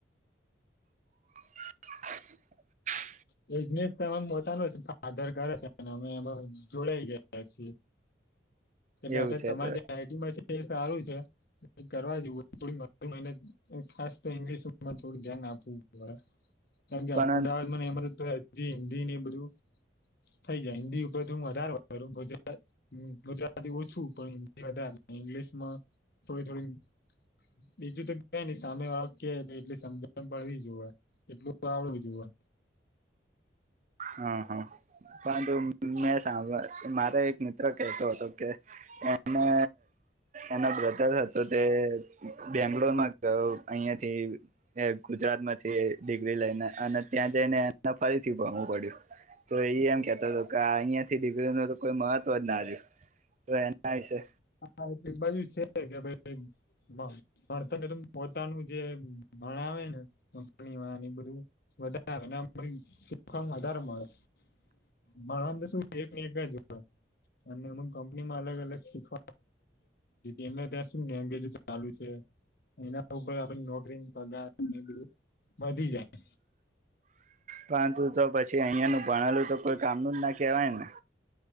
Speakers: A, on the right; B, on the left.
A: <inaudible>
B: બિઝનેસ ત અમાર પોતાનું છે ફાધર કરે છે ને અમે જોડાઈ ગયા છીએ. એટલે
A: એવું
B: અતાર
A: છે
B: તમાર
A: તો
B: જ્યાં આઈટીમાં છે એ સારું છે કરવા જેવું થોડી વધુ મહેનત ખાસ તો ઇંગ્લિશમાં થોડું ધ્યાન આપવું પડે. કારણ કે
A: પણ
B: અમદાવાદ માં ને એમાં <unintelligible> તો હજી હિન્દી ને બધું થઈ જાય હિન્દી ઉપર હું વધાર હોયરુ ગુજરા ગુજરાતી ઓછું પણ હિન્દી વધારે ઇંગ્લિશમાં થોડી થોડી બીજું તો કયની સામે વાળો કે એટલી સમજણ પડવી જોએ એટલું આવડું જોએ.
A: હા હા પરંતુ મેં સાંભળ મારે એક મિત્ર કહેતો હતો કે અને એના બ્રધર હતો તે બેંગ્લોરમાં ગયો અહીંયાથી ગુજરાતમાંથી ડિગ્રી લઈને અને ત્યાં જઈને એ ફરીથી ભણવું પડયું તો ઈ એમ કેતો હતો કે અહિયાં થી ડિગ્રી ન તો કોઈ મહત્વ જ ના રહ્યું તો એના વિશે
B: હા એટલે બાજુ છે કે ભઇ પોતાનું જે ભણાવ ને કંપનીમાં એ બધું વધારે શીખવામાં વધારે મળે ભણવામાં તો શું એક એક જ હોય અને અમુ કંપનીમાં અલગ અલગ શીખ એમને ત્યા શું એેજ ચાલુ છે એના ઉપર આપ નોકરી ને પગર બધું વધી જાય.
A: પરંતુ તો પછી અહિયાં ન ભણેલું તો કોઈ કામનું જ ના કેવાય ને.